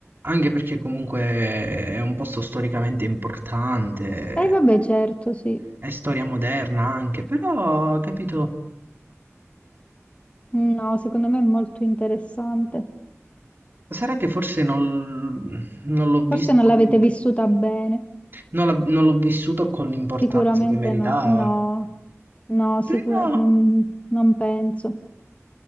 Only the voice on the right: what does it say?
Anche perché comunque è un posto storicamente importante,
è storia moderna anche, però, capito,
sarà che forse non, non l'ho visto
con-
non l'ho non l'ho vissuto con l'importanza
che meritava.
Però,